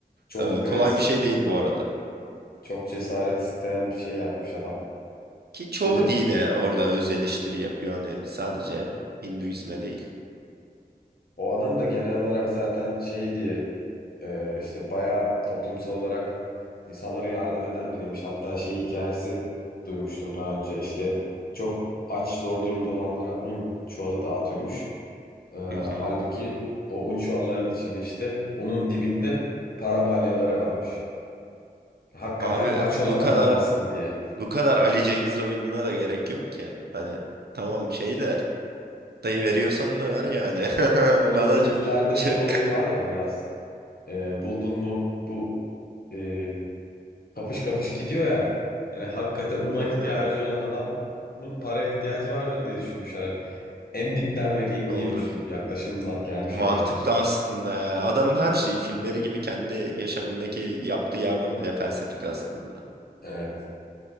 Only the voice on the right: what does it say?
Ee,
kolay bir şey değil bu arada.
Ki çoğu
dine orada öz eleştiri yapıyor hani sadece Hinduizme değil.
Hı hı.
Abi
bu
kadar
Bu kadar Ali Cengiz oyununa da gerek yok ki. Hani tamam şey de dayı veriyorsan da ver yani. <laughs>
Bana
c- şey,
<laughs>
<coughs>
Ee,
doğru.
Mantıklı
aslında. yani. Adamın her şeyi filmleri gibi kendi yaşamındaki yaptığı yardım bile felsefik aslında.